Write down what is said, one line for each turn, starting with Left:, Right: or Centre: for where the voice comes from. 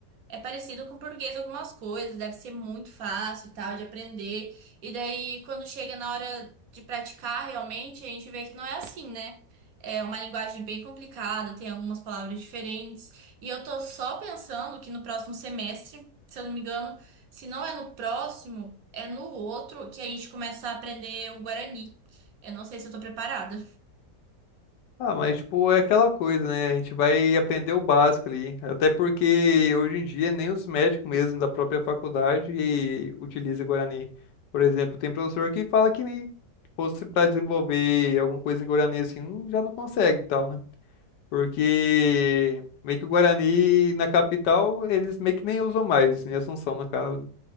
Right: É parecido com o português algumas coisas, deve ser muito fácil e tal de aprender. E daí, quando chega na hora de praticar realmente, a gente vê que não é assim, né? É uma linguagem bem complicada, tem algumas palavras diferentes. E eu tô só pensando que no próximo semestre, se eu não me engano, se não é no próximo, é no outro que a gente começa a aprender o Guarani. Eu não sei se eu tô preparada.
Left: Ah, mas tipo, é aquela coisa, né? A gente vai aprender o básico ali. Até porque hoje em dia nem os médicos mesmo da própria faculdade utilizam Guarani. Por exemplo, tem professor que fala que nem fosse para desenvolver alguma coisa em Guarani assim, hum, já não consegue e tal, né? Porque meio que o Guarani na capital, eles meio que nem usam mais, em Assunção, no caso.